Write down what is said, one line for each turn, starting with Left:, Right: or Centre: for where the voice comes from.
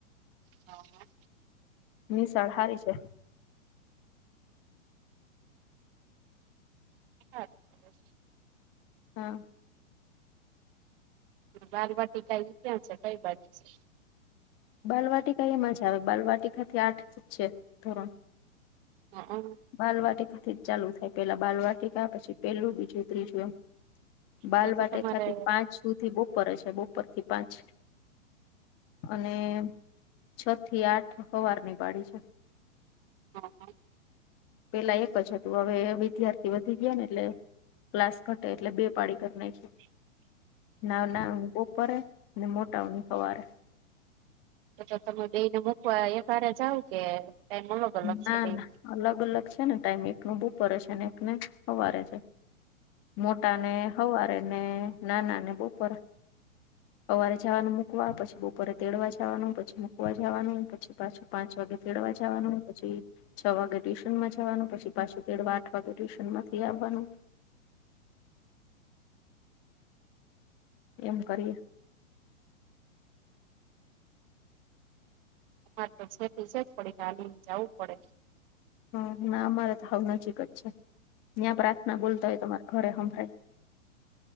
Right: હા હા.
Left: નિશાળ હારી છે.
Right: <unintelligible>
Left: હા.
Right: બાળવાટીકા ઈ ક્યાં છે કઈ બાજુ છે?
Left: બાલવાટી કા એ મજા આવે બાલવાટીકાથી આઠ છે ધોરણ.
Right: હક.
Left: બાલવાટિકાથી જ ચાલુ થાય પેલા બાલવાટિકા પછી પેલું, બીજું, ત્રીજું એમ. બાલવાટીકા
Right: તો તો તમારે
Left: થી પાંચ સુ થી બપર હ છે બોપર થી પાંચ અને અને છ થી આઠ હવારની પાડી છે.
Right: હા, હા.
Left: પેલા એક જ હતું હવે વિદ્યાર્થી વધી ગયા ને એટલે ક્લાસ ઘટે એટલે બે પાડી કરી નાખી.
Right: <inaudible>
Left: નાવ ના બપોરે અને મોટાઓની સવારે.
Right: તો તમે બે ને મુકવા એક હારે જાવ કે? ટાઈમ અલગ અલગ
Left: ના
Right: છે બેન
Left: ના અલગ અલગ છે ને ટાઈમ એક ને બુપરે છે ને એકને હવારે છે. મોટા ને હવારે ને નાના ને બોપરે. હવારે જવાનું મૂકવા પછી બપોરે તેડવા જવાનું પછી મૂકવા જવાનું પછી પાછું પાંચ વાગે તેડવા જવાનું પછી છ વાગે ટ્યુશનમાં જવાનું પછી પાછું તેડવા આઠ વાગે ટ્યુશન માંથી આવવાનું. એમ કરીએ
Right: માર તો છેકો છેક જ પડીલીને જવું પડે.
Left: હા ના અમારે તો હાવ નજીક જ છે. ત્યાં પ્રાર્થના બોલતા હોય તમારા ઘરે હંભાઈ?